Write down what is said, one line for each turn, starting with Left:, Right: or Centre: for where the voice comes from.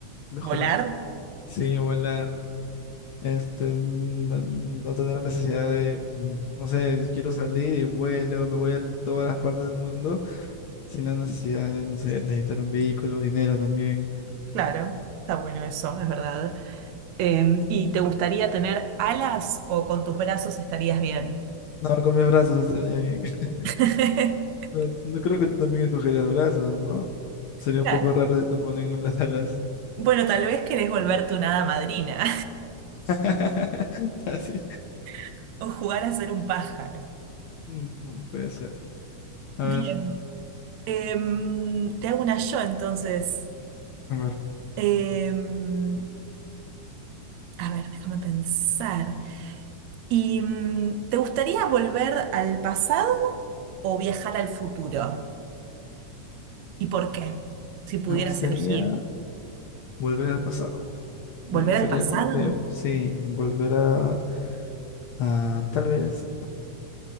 Left: te lo
Right: ¿Volar?
Left: juro. Sí, volar. Este, no, no tener la necesidad de, mm, no sé, quiero salir y vuelo, me voy a todas las partes del mundo sin la necesidad de, no sé, necesitar un vehículo, dinero también.
Right: Claro, está bueno eso, es verdad. Eh, ¿y te gustaría tener alas o con tus brazos estarías bien?
Left: No, con mis brazos estaría bien. <laughs>
Right: <laughs>
Left: No, no creo que tú también escogerías brazos, ¿no? Sería
Right: Claro.
Left: un poco raro si te ponen las alas.
Right: Bueno, tal vez querés volverte una hada madrina
Left: <laughs> Así.
Right: <laughs> o jugar a ser un pájaro.
Left: Mm, no, puede ser. A
Right: Bien.
Left: ver,
Right: Em, te hago una yo entonces.
Left: a ver.
Right: Em, a ver, déjame pensar. ¿Y mm, te gustaría volver al pasado? o viajar al futuro? ¿Y por qué? Si pudieras
Left: Me gustaría
Right: elegir,
Left: volver al pasado.
Right: ¿volver
Left: Me gustaría
Right: al pasado?
Left: como que, sí, volver a, a tal vez